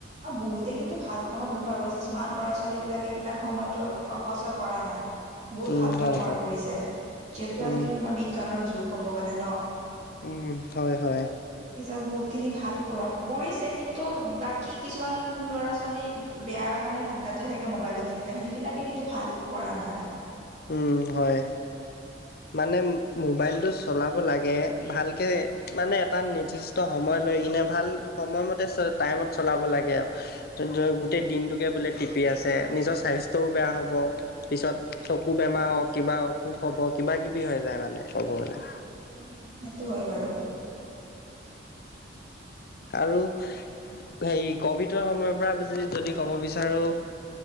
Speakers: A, on the right (about 40°); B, on the left (about 55°).
A: অৰু বহুতে কিন্তু ভাল কামত ব্যৱহাৰ কৰিছে। স্মাৰ্ট ল'ৰা-ছোৱালীবিলাকে এইবিলাক সময়টো অপচয় কৰা নাই। বহুত
B: উম
A: ভালকে
B: হয়
A: ব্যৱহাৰ
B: হয়
A: কৰিছে। যিহেতু
B: উম
A: আজিকালি তোমাৰ বিজ্ঞানৰ যুগ ক'ব গ'লে ন'।
B: উম, হয় হয়।
A: পিছত বহুতখিনি ভাল প্ৰভাৱ পৰিছে, কিন্তু বাকী কিছুমান ল'ৰা-ছোৱালী - বেয়া মানে ধান্দাতে থাকে ম'বাইলত এনিটাইম। সেইবিলাকে কিন্তু ভাল কৰা নাই।
B: উম, হয়। মানে ম'বাইলটো চলাব লাগে, ভালকে মানে এটা নিৰ্দিষ - ষ্ট সময় লৈ কিনে ভাল সময়মতে চ' টাইমত চলাব লাগে আৰু। যোনটো গোটেই দিনটোকে বোলে টিপি আছে। নিজৰ স্বাস্থ্যও বেয়া হ'ব, পিছত - চকু বেমাৰ হওঁক কিবা অসুখ হ'ব, কিবাকিবি হৈ যায় মানে, ক'ব গ'লে।
A: উম, সেইটো হয় বাৰু।
B: আৰু - হেৰি ক'ভিডৰ সময়ৰ পৰা য-যদি ক'ব বিচাৰোঁ।